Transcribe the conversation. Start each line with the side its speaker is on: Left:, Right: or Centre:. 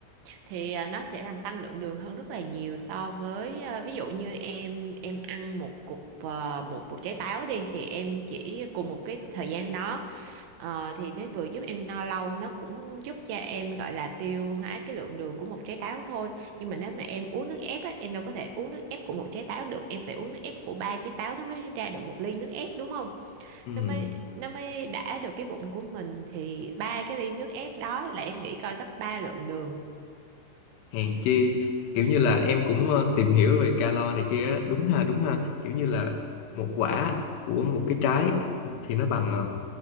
Right: thì à, nó sẽ làm tăng lượng đường hơn rất là nhiều so với à, ví dụ như em em ăn một cục à, một một trái táo đi thì em chỉ cùng một cái thời gian đó ờ, thì nó vừa giúp em no lâu nó cũng giúp cho em gọi là tiêu hóa cái lượng đường của một trái táo thôi nhưng mà nếu mà em uống nước ép á, em đâu có thể uống nước ép của một trái táo được em phải uống nước ép của ba trái táo nó mới ra được một ly nước ép đúng không
Left: ừ
Right: nó mới nó mới đã được cái bụng của mình thì ba cái ly nước ép đó là em nghĩ coi gấp ba lượng đường
Left: hèn chi kiểu như là em cũng ờ, tìm hiểu về calo này kia á. đúng ha đúng ha kiểu như là một quả của một cái trái thì nó bằng ờ,